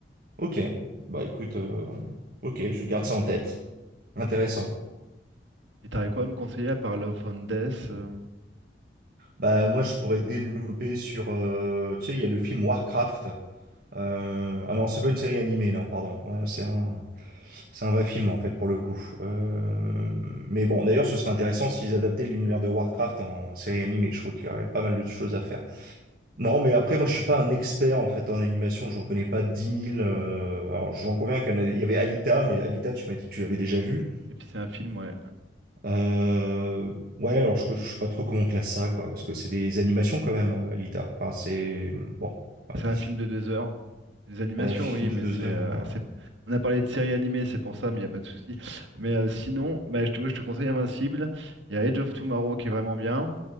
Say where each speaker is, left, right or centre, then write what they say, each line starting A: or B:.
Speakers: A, on the right (about 55°); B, on the right (about 80°).
A: ok. Bah écoute, euh, ok, je garde ça en tête. Intéressant.
B: Et t'aurais quoi à me conseiller à part Love and Death? euh,
A: Bah moi je pourrais développer sur euh, tu sais il y a le film Warcraft. Euh, ah non c'est pas une série animée non pardon Ouais, c'est un c'est un vrai film en fait pour le coup. Euh, mais bon d'ailleurs ce serait intéressant s'ils adaptaient l'univers de Warcraft en série animée. Je crois qu'il y aurait pas mal de choses à faire. Non mais après moi je suis pas un expert en fait en animation. J'en connais pas dix mille euh, alors j'en conviens qu'il y en a- il y avait Alita mais Alita tu m'as dit que tu l'avais déjà vu.
B: Et puis c'est un film, ouais.
A: Euh, ouais, alors je, je sais pas trop comment on classe ça, quoi, parce que c'est des animations quand même, euh, Alita. Enfin, c'est bon. Ouais.
B: C'est un film de deux heures. Des animations,
A: Ouais, film
B: oui,
A: de
B: mais
A: deux
B: c'est,
A: heures.
B: euh,
A: voilà.
B: c'est- On a parlé de séries animées, c'est pour ça, mais il n'y a pas de souci. Mais euh, sinon, bah, je te, ouais, je te conseille Invincible. Il y a Edge of Tomorrow qui est vraiment bien.